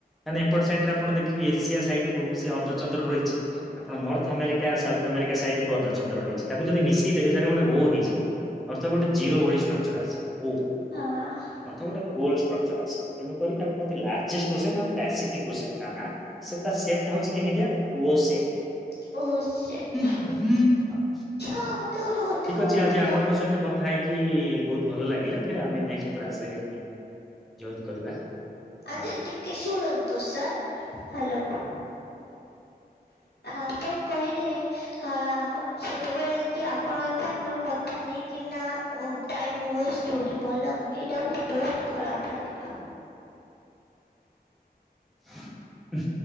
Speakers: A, in the centre; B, on the left.
A: ମାନେ ଏପଟ ସାଇଡରେ ଆପଣ ଦେଖି ଏସିଆ ସାଇଡ କୁ ସେ ଅର୍ଧଚନ୍ଦ୍ର ରହିଛି ଆପଣ north America south America side କୁ ଅଧ ଚନ୍ଦ୍ର ରହିଛି ତାକୁ ଯଦି ମିଶେଇ ଦେବେ ସେଇଟା ଗୋଟେ ଓ ହେଇଯିବ। ଅର୍ଥ ଗୋଟେ ଜିରୋ ଭଳି ଷ୍ଟ୍ରକ୍ଚର ଆସିବ ଓ।
B: ହଁ।
A: ଅର୍ଥ ଗୋଟେ ଗୋଲ ଷ୍ଟ୍ରକ୍ଚର ଆସିବ ତେଣୁକରି ତାକୁୁ କୁହନ୍ତି ଲାର୍ଜେଷ୍ଟ ଓସେମ ଆଉ ପସିଫିକ ଓସେନ ତା ନାଁ। ସେ ତା ସେପଟା ହଉଛି କେମିତିଆ ଓ ସେପ।
B: ଓ ସେଟ।
A: ହଁ।
B: ହଁ ମତେ ଗୋଟେ <unintelligible>
A: ଠିକ୍ ଅଛି ଆଜି ଆପଣଙ୍କ
B: ତ
A: ସହିତ କ କଥାହେଇକି ବହୁତ ଭଲ ଲାଗିଲା ଫେର ଆମେ ନେଷ୍ଟ କେଲାସରେ ଆମେ ଜଏନ କରିବା।
B: ଆଚ୍ଛା
A: ଆଉ
B: ଟିକେ ଶୁଣନ୍ତୁ ସାର୍ ହ୍ୟାଲୋ।
A: <unintelligible>
B: ଆପଣ କହିଲେ ହ ସେତେବେଳେ କି ଆପଣ ସାଙ୍ଗରେ କଥା କଥା ହେଇକିନା ଓ ଟାଇମ ୱେଷ୍ଟ ହଉଛି ଭଲ ଲାଗୁନି ଏଇଟା ମୋତେ ବହୁତ ଖରାପ ଲାଗିଲା।
A: ଉଁ